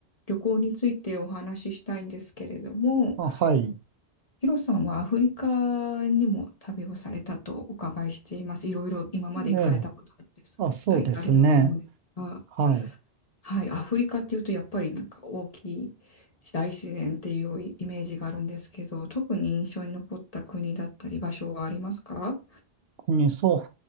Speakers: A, on the left; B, on the right.
A: 旅行についてお話ししたいんですけれども、
B: あ、はい。
A: ヒロさんはアフリカにも旅をされたとお伺いしています。いろいろ今まで行かれたことあるんです、
B: ええ。あ、そうですね。
A: あ行かれると思うんですが、
B: はい。
A: はい、アフリカっていうとやっぱりなんか大きい大自然っていうイメージがあるんですけど、特に印象に残った国だったり場所はありますか
B: にそう